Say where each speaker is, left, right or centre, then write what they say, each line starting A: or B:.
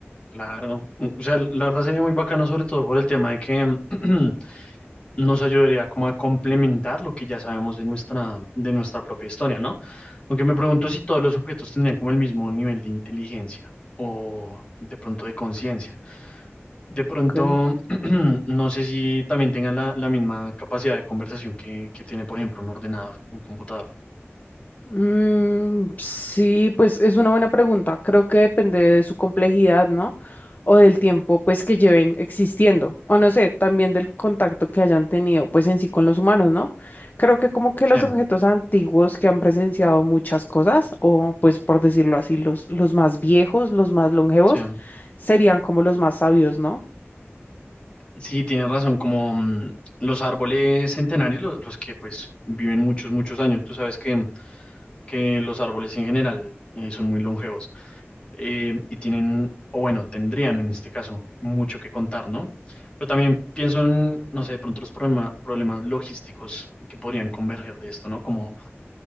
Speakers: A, on the left; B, on the left.
A: claro. Mm, O sea, la verdad sería muy bacano, sobre todo por el tema de que <clears throat> nos ayudaría como a complementar lo que ya sabemos de nuestra, de nuestra propia historia, ¿no? Aunque me pregunto si todos los objetos tendrían como el mismo nivel de inteligencia o de pronto de conciencia. De pronto,
B: Ok.
A: <clears throat> no sé si también tengan la, la misma capacidad de conversación que, que tiene, por ejemplo, un ordenador, un computador.
B: Mm, sí, pues es una buena pregunta. Creo que depende de su complejidad, ¿no? O del tiempo, pues, que lleven existiendo. O no sé, también del contacto que hayan tenido, pues, en sí con los humanos, ¿no? Creo que como que
A: Sí,
B: los objetos antiguos que han presenciado muchas cosas, o pues, por decirlo así, los, los más viejos, los más longevos,
A: sí.
B: serían como los más sabios, ¿no?
A: Sí, tienes razón, como mm, los árboles centenarios, lo- los, que pues viven muchos, muchos años. Tú sabes que, que los árboles en general eh, son muy longevos eh, y tienen, o bueno, tendrían en este caso mucho que contar, ¿no? Pero también pienso en, no sé, de pronto los problema- problemas logísticos que podrían converger de esto, ¿no? Como